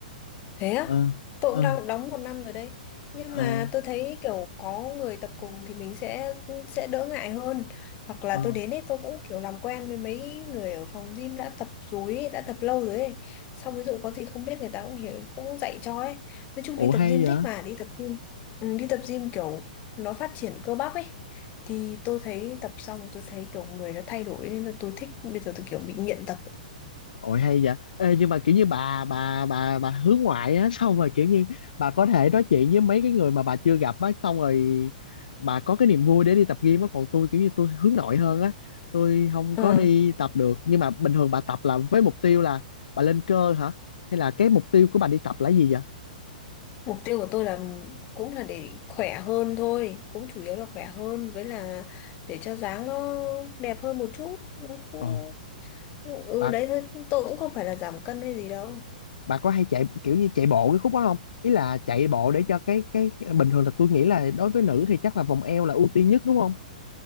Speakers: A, on the left (about 35°); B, on the left (about 70°).
A: Thế á,
B: ờ
A: tôi
B: ờ
A: cũng đang đóng một năm rồi đấy. Nhưng
B: ờ
A: mà tôi thấy kiểu có người tập cùng thì mình sẽ sẽ đỡ ngại hơn. Hoặc là
B: ờ
A: tôi đến ấy tôi cũng kiểu làm quen với mấy người ở phòng gym đã tập rồi ấy, đã tập lâu rồi ấy. Xong ví dụ có gì không biết người ta cũng hiểu cũng dạy cho ấy. Nói chung đi
B: ủa
A: tập
B: hay
A: gym
B: vậy
A: thích mà đi tập gym. Ừ, đi tập gym kiểu nó phát triển cơ bắp ấy. Thì tôi thấy tập xong tôi thấy kiểu người nó thay đổi nên là tôi thích bây giờ tôi kiểu bị nghiện tập.
B: Ôi hay vậy. Ê, nhưng mà kiểu như bà bà bà bà hướng ngoại á xong rồi kiểu như bà có thể nói chuyện với mấy cái người mà bà chưa gặp á xong rồi bà có cái niềm vui để đi tập gym á còn tôi kiểu như tôi hướng nội hơn á tôi không
A: ấy.
B: có đi tập được nhưng mà bình thường bà tập là với mục tiêu là bà lên cơ hả hay là cái mục tiêu của bà đi tập là gì vậy?
A: Mục tiêu của tôi là cũng là để khỏe hơn thôi, cũng chủ yếu là khỏe hơn với là để cho dáng nó đẹp hơn một chút. Nó cũng...
B: Ồ
A: Ừ
B: bà
A: đấy thôi, tôi cũng không phải là giảm cân hay gì đâu.
B: bà có hay chạy kiểu như chạy bộ cái khúc đó không? Ý là chạy bộ để
A: Ừ.
B: cho cái cái, cái bình thường là tôi nghĩ là đối với nữ thì chắc là vòng eo là ưu tiên nhất đúng không?